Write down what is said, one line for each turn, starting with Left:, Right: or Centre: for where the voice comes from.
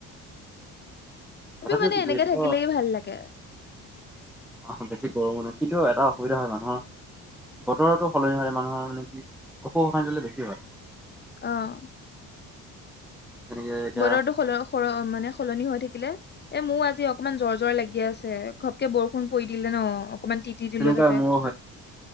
Centre: তথাপিও
Left: মানে এনেকে থাকিলেই
Centre: <unintelligible>
Left: ভাল লাগে
Centre: অহ বেছি গৰমো নহয় কিন্তু এটা অসুবিধা হয় মানুহৰ বতৰতো সলনি হলে মানুহৰ মানে কি অসুখ অশান্তি অলপ বেছি হয়।
Left: অঁ।
Centre: যেনেকে এতিয়া
Left: বতৰটো স স মানে সলনি হৈ থাকিলে এ মোৰ আজি অকনমান জ্বৰ জ্বৰ লাগি আছে। ঘপকে বৰষুণ পৰি দিলে ন অকমান তিতি দিলো
Centre: তেনেকুৱা
Left: তাতে
Centre: মোৰো